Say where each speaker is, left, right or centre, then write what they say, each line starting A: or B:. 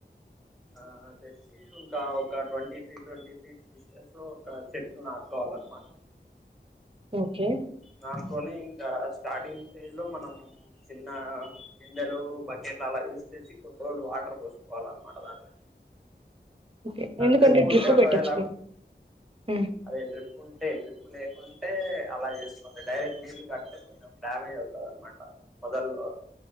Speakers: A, in the centre; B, on the right.
A: ఆ తెలిసి ఇంకా ఒక twenty feet twenty feet place లో ఒక చెట్టులు నాటుకోవాలన్నమాట
B: ఓకే
A: నాటుకోని ఇంకా స్టార్టింగ్ స్టేజ్ లో మనం చిన్న బిందెలు బకెట్లు అలా యూస్ చేసి కొన్ని రోజులు వాటర్ పోసుకోవాల అంతే మన లాగానే
B: ఓకే. ఎందుకంటే
A: ట్రిప్
B: డ్రిప్
A: ఉంటే ఒకవేళ
B: పెట్టొచ్చు కదా హ్మ్.
A: అదే డ్రిప్ ఉంటే డ్రిప్ లేకుంటే అలా చేసుకోవాలి డైరెక్ట్ నీళ్లు కట్టతే డ్యామేజ్ అవుతంది అన్నమాట మొదల్లో